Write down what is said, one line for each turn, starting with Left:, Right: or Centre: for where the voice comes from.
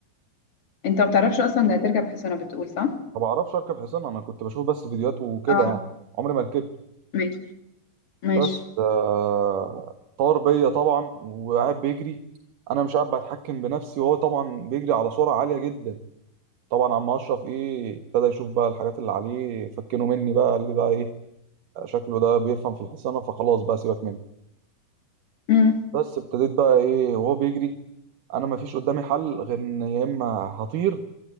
Left: انت ما بتعرفش اصلا ده هتركب حصانة بتقول صح
Right: ما بعرفش اركب حصان انا كنت بشوف بس فيديوهات وكده
Left: اه
Right: يعني عمري ما ركبت
Left: ماشي ماشي
Right: بس آه، طار بيا طبعا وقاعد بيجري انا مش قاعد بتحكم بنفسي وهو طبعا بيجري على سرعه عاليه جدا طبعا عم اشرف ايه ابتدى يشوف بقى الحاجات اللي عليه فكنه مني بقى قال لي بقى ايه شكله ده بيفهم في الحصانه فخلاص بقى سيبك مني
Left: أم،
Right: بس ابتديت بقى ايه وهو بيجري انا ما فيش قدامي حل غير ان يا اما هطير